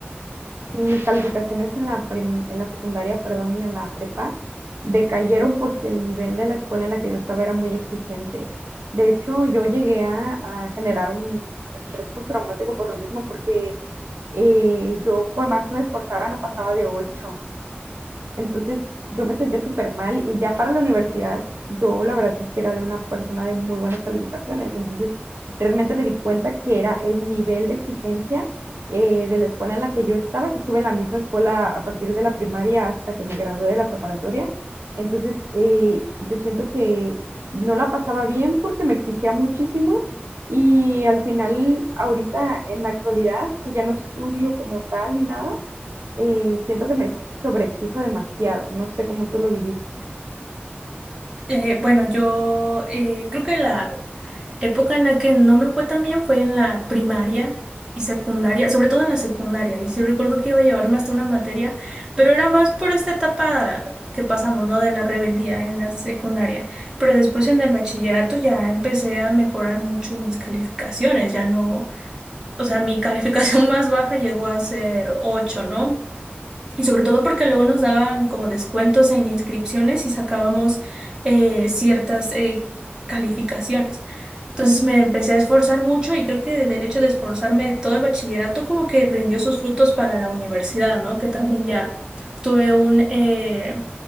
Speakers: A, on the right; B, on the right.
A: Y mis calificaciones en la, prim- en la secundaria, perdón, y en la prepa decayeron porque el nivel de la escuela en la que yo estaba era muy exigente. De hecho, yo llegué a, a generar un estrés postraumático por lo mismo, porque eh, yo, por más que me esforzara, no pasaba de ocho Entonces yo me sentía súper mal y ya para la universidad yo la verdad es que era de una persona de muy buenas calificaciones. Entonces realmente me di cuenta que era el nivel de exigencia eh, de la escuela en la que yo estaba, que estuve en la misma escuela a partir de la primaria hasta que me gradué de la preparatoria. Entonces eh, yo siento que no la pasaba bien porque me exigía muchísimo y al final ahorita en la actualidad, que ya no estudio como tal ni nada eh, siento que me sobreexijo demasiado. No sé cómo tú lo viviste.
B: Eh, bueno, yo eh, creo que la Época en la que no me fue tan bien fue en la primaria y secundaria, sobre todo en la secundaria. Y sí recuerdo que iba a llevarme hasta una materia, pero era más por esta etapa que pasamos, ¿no? De la rebeldía en la secundaria. Pero después en el bachillerato ya empecé a mejorar mucho mis calificaciones. Ya no, o sea, mi calificación <laughs> más baja llegó a ser 8, ¿no? Y sobre todo porque luego nos daban como descuentos en inscripciones y sacábamos eh, ciertas eh, calificaciones. Entonces me empecé a esforzar mucho y creo que del hecho de esforzarme todo el bachillerato como que rindió sus frutos para la universidad, ¿no? Que también ya tuve un, eh,